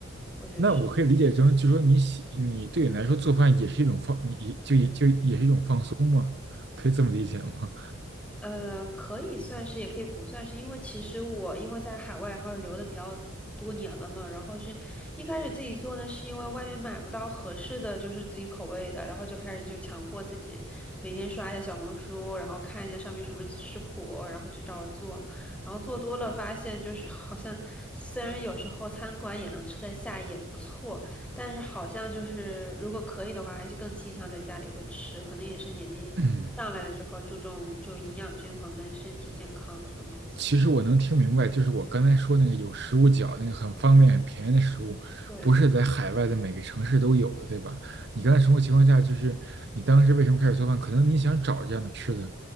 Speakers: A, in the centre; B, on the right (about 50°).
A: 我觉得是。
B: 那我可以理解成，就说你喜你对你来说做饭也是一种放，你也就就也是一种放松嘛，可以这么理解吗？
A: 呃，可以算是，也可以不算是，因为其实我因为在海外，然后留的比较多年了嘛，然后是一开始自己做呢，是因为外面买不到合适的，就是自己口味的，然后就开始就强迫自己每天刷一下小红书，然后看一下上面什么食谱，然后就照着做，然后做多了发现就是好像虽然有时候餐馆也能吃得下，也不错，但是好像就是如果可以的话，还是更倾向在家里会吃，可能也是年纪。
B: 嗯，
A: 上来了之后注重就营养均衡跟身体健康这种东西。
B: 其实我能听明白，就是我刚才说那个有食物角那个很方便、很便宜的食物，
A: 对对对，
B: 不是在海外的每个城市都有的，对吧？你刚才生活情况下，就是你当时为什么开始做饭？可能你想找这样的吃的，